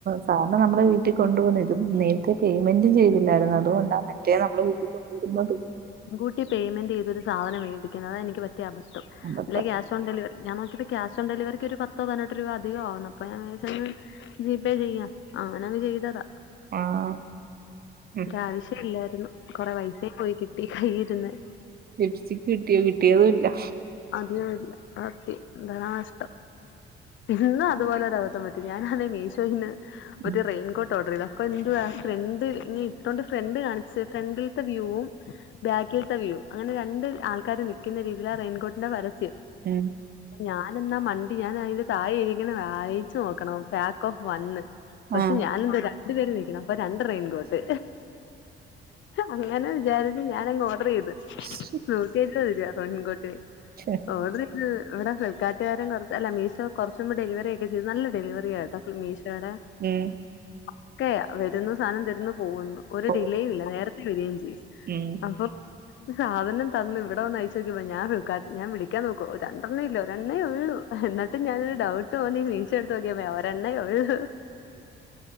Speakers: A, on the right; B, on the left.
A: കാരണം ന്നമ്മളെ വീട്ടിൽ കൊണ്ടു വന്ന് ഇതും നേര്ത്തെ പേയ്മെന്റും ചെയ്തില്ലായിരുന്നു അതുകൊണ്ടാ ണ് റ്റേ ന്നമ്മള് വീട്ട്ക്ക വെരുമ്പത് <unintelligible>
B: ൻകൂട്ടി പെയ്മെന്റയ്തൊരു സാധനംവേടിക്കണം അതാ എനിക്ക്പറ്റിയ അബദ്ധം
A: അബദ്ധം
B: അല്ലെങ്കി ക്യാഷ് ഓൺ ഡെലിവറി ഞാൻ നോക്കിയപ്പോ ക്യാഷോൺ ഡെലിവറിക്ക് ഒരു പത്തോ പതിനട്ട് രൂപ അധികം ആവും അപ്പ ഞാ വിജാരിചെന്ന ജി പേ ചെയ്യാ അങ്ങന അങ്ങ് ചെയ്തതാ
A: ആഹ് ഉം
B: ഒരാവശ്യ ഇല്ലായ്രുന്നു കൊറെ വൈഫെയിം പോയി കിട്ടി കയ്യിര്ന്ന്
A: ലിപ്സ്റ്റിക് കിട്ടിയോ കിട്ടിയതുല്ല
B: അതിനൂല്ല <unintelligible> നഷ്ടം ഇന്നും അതുപോലെ ഒരഅബദ്ധം പറ്റി ഞാനാണ് മീഷോയിന്ന് ഒര്
A: ഉം
B: റെയിൻകോട്ട് ഓഡറെയ്താ ഇപ്പ എന്തുവാ ഫ്രണ്ട് ഇനി ഇട്ടോണ്ട് ഫ്രണ്ട് കാണിച്ച് ഫ്രണ്ടിൽത്തെ വ്യൂവും ബാക്കിൽത്തെ വ്യൂയും അങ്ങനെ രണ്ട് ആൾക്കാര് ന്നിക്കുന്ന രീതിയിലാ റെയിൻകോട്ടിന്റെ പരസ്യം
A: ഉം
B: ഞാനെന്നാ മണ്ടി ഞാൻ അയ്ന്റെ താഴെ എഴുതീക്ക്ണെ വായീച്ചു ന്നോക്കണം പാക്ക് ഓഫ് വണ്ണ് പക്ഷെ
A: ആഹ്
B: ഞാൻ എന്തുടാ ണ്ട് പേര് നിക്കണ് അപ്പൊ രണ്ട് റെയിൻകോട്ട് അങ്ങനെ വിചാരിച്ച് ഞാനങ്ങ് ഓഡറ് ചെയ്ത്
A: ശ്ശെ
B: നോക്കീട്ടെന്നെല്യാ റെയിൻകോട്ട്
A: ക്ഷെ
B: ഓർഡർ ചെയ്ത് ഇവിടെ ഫ്ലി്കാർട്ട്കാര കുറച്ചല്ല മീഷോ കുറച്ചുമ്പ ഡെലിവറി ഒക്കെ ചെയ്തു നല്ല ഡെലിവറിയട്ടോ മീഷോയുടെ
A: ഉം
B: ഒക്കെയാ വരുന്നു സാധനം തരുന്നു പോകുന്നു ഒരു
A: ഓ,
B: ഡിലേ ഇല്ല നേരത്തെ വരികയും ചെയ്യും
A: ഉം
B: അപ്പം സാധനം തന്ന് ഇവിടെ ഒന്ന് അഴിച്ചു നോക്കിയപ്പോൾ ഞാൻ ക്കാ ഞാ വിളാൻ നോക്കോ രണ്ടെണ്ണം ഇല്ലോ രന്നെ ഉള്ളു എന്നിട്ട് ഞാനൊരു ഡൗട് തോന്നി മീശോ എടുത്ത് നോക്കിയപ്പോൾ രെണ്ണേ ഉള്ളൂ